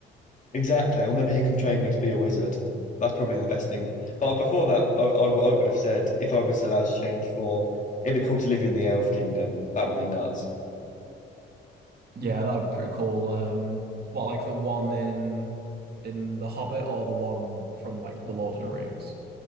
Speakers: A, on the left; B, on the right.
A: Exactly. Or maybe he can train me to be a wizard. That's probably the best thing. But before that, I, I w- I would have said if I was allowed to change form, it'd be cool to live in the Elf Kingdom. That would be nuts.
B: Yeah, that would be pretty cool. Um, what like the one in in The Hobbit or the one from like The Lord of the Rings?